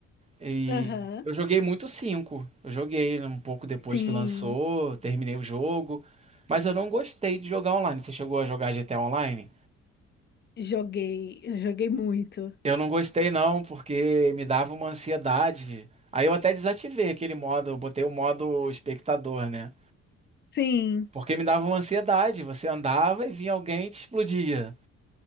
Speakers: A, on the right; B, on the left.
A: E
B: Aham.
A: eu joguei muito o 5, Eu joguei um pouco depois
B: Sim.
A: que lançou, terminei o jogo, mas eu não gostei de jogar online. Você chegou a jogar GTA Online?
B: Joguei. Eu joguei muito.
A: Eu não gostei não, porque me dava uma ansiedade. Aí eu até desativei aquele modo, eu botei o modo espectador, né?
B: Sim.
A: Porque me dava uma ansiedade, você andava e vinha alguém e te explodia.